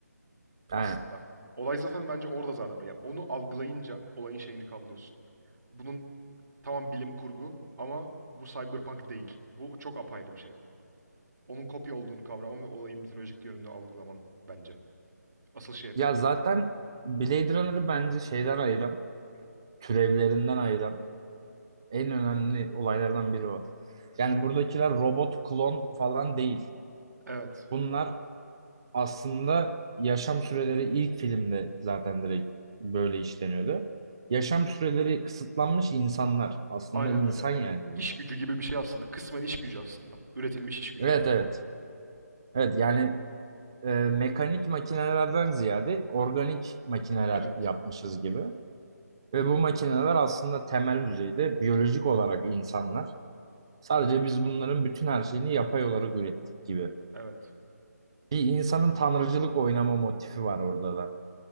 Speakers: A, on the right; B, on the right.
A: Yani
B: Aslında. Olay zaten bence orada zaten. Yani onu algılayınca olayın şeyini kavrıyorsun. Bunun tamam bilim kurgu ama bu cyberpunk değil. Bu çok apayrı bir şey. Onun kopya olduğunu kavraman ve olayın mitolojik yönünü algılaman bence. Asıl şey yapıyor
A: ya zaten
B: bunu.
A: Blade Runner'ı bence şeyden ayıran, türevlerinden ayıran en önemli olaylardan biri o. Yani buradakiler robot, klon falan değil.
B: Evet.
A: Bunlar aslında yaşam süreleri ilk filmde zaten direkt böyle işleniyordu. Yaşam süreleri kısıtlanmış insanlar. Aslında
B: Aynen
A: insan
B: öyle.
A: yani bunlar.
B: İş gücü gibi bir şey aslında. Kısmen iş gücü aslında. Üretilmiş iş gücü.
A: Evet evet. Evet yani e, mekanik makinelerden ziyade organik makineler
B: Evet.
A: yapmışız gibi. Ve bu makineler aslında temel düzeyde biyolojik olarak insanlar. Sadece biz bunların bütün her şeyini yapay olarak ürettik gibi.
B: Evet.
A: Bir insanın tanrıcılık oynama motifi var orada da.